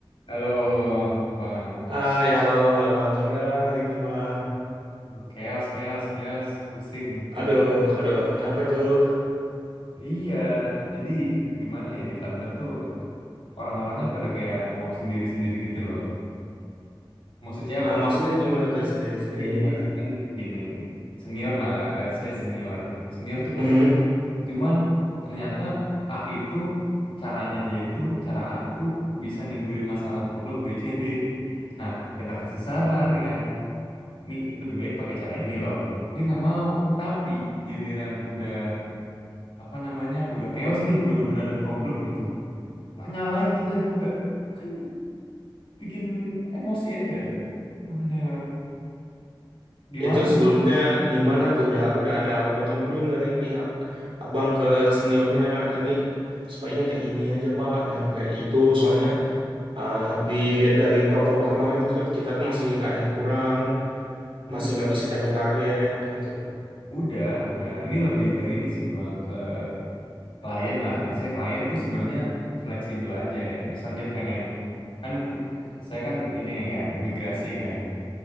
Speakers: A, on the left; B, on the right.
A: Halo, Bang.
B: Hai, halo, halo Bang. Gimana Bang hari ini Bang?
A: Aduh, Chaos, chaos, chaos. Pusing kerja.
B: Aduh, aduh, kenapa tuh?
A: Iya, jadi gimana ya di kantor tuh orang-orangnya pada kayak mau sendiri-sendiri gitu loh. Maksud, ya
B: Ah,
A: pokok
B: maksudnya gimana tuh sendiri-sendiri
A: ya jadi
B: gimana?
A: kan gini, senior lah, let's say senior. Senior tuh
B: Mhm.
A: pengen, cuman ternyata A itu, caranya dia itu, cara A itu bisa nimbulin masalah problem BCD. Nah, kita kasih saran kan. ini lebih baik pakai cara ini loh dia nggak mau tapi giliran udah apa namanya udah chaos nih udah bener-bener ada problem gitu nggak nyalain kita juga kan bikin emosi aja tuh ada gimana
B: Itu
A: nih
B: sebelumnya gimana tuh? Udah udah ada omongan belum dari pihak Abang ke seniornya? Ini sebaiknya kayak gini aja Pak, jangan kayak itu. Soalnya ah, dilihat dari performa kemarin gitu, kita tuh masih ada yang kurang,
A: U-
B: masih nggak bisa capai target gitu.
A: udah udah ini lebih ke ini sih bang ke klien lah saya klien tuh sebenarnya fleksibel aja ya misal dia pengen kan saya kan ini kan imigrasi kan